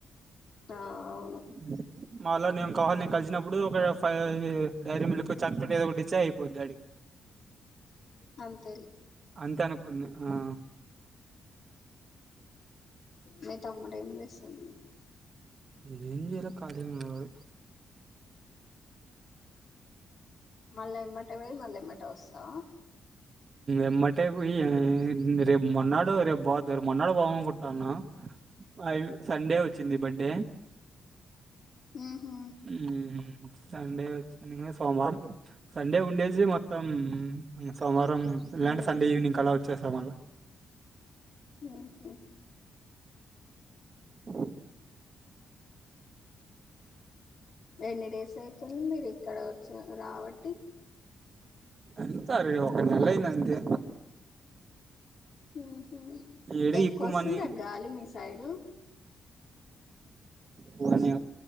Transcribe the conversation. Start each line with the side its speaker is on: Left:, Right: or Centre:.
Left: ఆ అవును
Right: ఉమ్. మాలో నేం కావా <unintelligible> లి నేను కలిసినప్పుడు ఒక ఆ అది డైరీ మిల్క్ చాక్లెట్ ఏదో ఒకటి ఇస్తే అయిపోద్ది అడికి
Left: మంత్
Right: అంతే అనుకున్నా ఆ
Left: మీ తమ్ముడు ఏం చేస్తుండు
Right: ఏంజెలా ఖాళీగా ఉన్నాడు వాడు
Left: మళ్ళ ఎమన్ పొయి మల్లెమ్మటే వస్తావా
Right: ఎమ్మంటే పొయి రేపు మొన్నాడు రేపు బాదు మొన్నాడు పొదామనుకుంటాన్నా అవి సండే వచ్చింది బర్త్డే
Left: ఉహు
Right: మ్మ్ సండే వచ్చింది సోమవారం సండే ఉండేసి మొత్తం సోమవారం ఇలాంటే
Left: ఉమ్
Right: సండే ఈవినింగ్ కల్ల వచ్చేసా మళ్ళా
Left: ఆ హ
Right: అ
Left: ఎన్ని డేస్ అయితుంది మీరు ఇక్కడ వచ్చి రాబట్టి
Right: ఎంత రె ఒక నెలయింది అంతే
Left: ఓహో
Right: ఏడికి
Left: ఎక్కువ వస్తుంది
Right: మనీ
Left: ఆ గాలి మీస్ సైడు
Right: పోనే